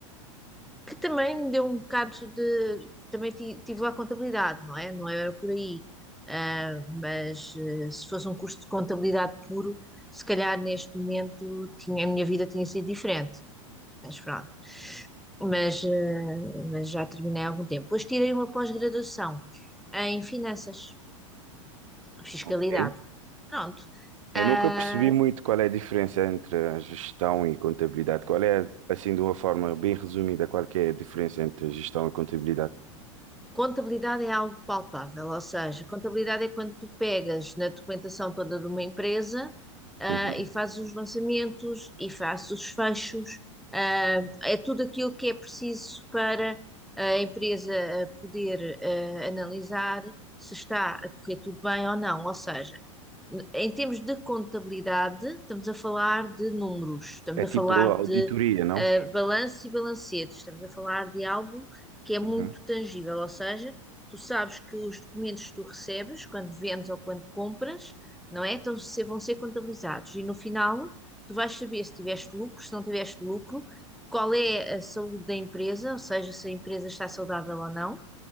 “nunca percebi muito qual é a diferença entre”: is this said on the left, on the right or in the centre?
Right